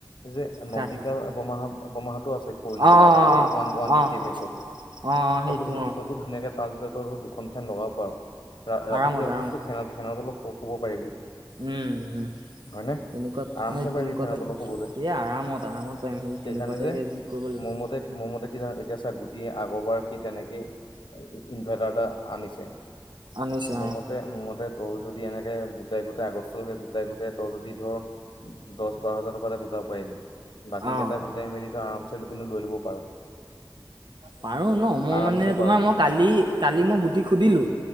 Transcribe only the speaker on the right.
কাৰ
অঁ অঁ অঁ
অঁ অঁ
অঁ অঁ সেইটো
অঁ
আৰামত
আৰামত
উম, উম
তেনেকুৱাত
তেনেকুৱা
এটা
লবি,
এই আৰামত আৰামত পাৰিম সেই
তেনেকুৱাতে
যি কৰিব লাগিব
আনিছে
অ
অ
পাৰো ন? মই
মানে
তোমাৰ
মই কালি কালি মই গুটিক সুধিলো